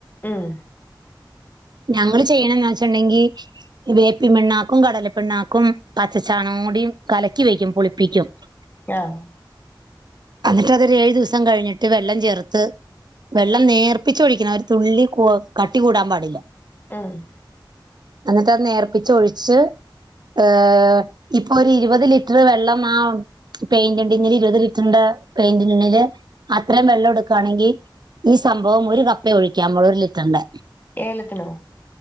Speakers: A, on the left; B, on the right.
A: ഉം
B: ഞങ്ങള് ചെയ്യണയെന്ന് വെച്ചുണ്ടെങ്കിൽ. വേപ്പും പിണ്ണാക്കും കടല പിണ്ണാക്കും പച്ചച്ചാണകം കൂടി കലക്കി വെക്കും പുളിപ്പിക്കും. ആഹ്
A: ആഹ്
B: എന്നിട്ട് അതൊരു ഏഴു ദിവസം കഴിഞ്ഞിട്ട് വെള്ളം ചേർത്ത്. വെള്ളം നേർപ്പിച്ചൊഴിക്കണം ഒരു തുള്ളി കൂ കട്ടി കൂടാൻ പാടില്ല.
A: ആഹ്
B: എന്നിട്ട് അത് നേർപ്പിച്ച് ഒഴിച്ച്. ഏഹ് ഇപ്പൊ ഒരു ഇരുപത് ലിറ്റർ വെള്ളം ആഹ്. പെയിന്റ് ടിന്നില് ഇരുപത് ലിറ്ററിന്റെ പെയിന്റി ടിന്നില് അത്രയും വെള്ളം എടുക്കായാണെങ്കിൽ ഈ സംഭവം ഒരു കപ്പ ഒഴിക്കാൻ്പോൾ ഒരു ലിറ്ററിൻ്റെ
A: ഏലത്തിനോ?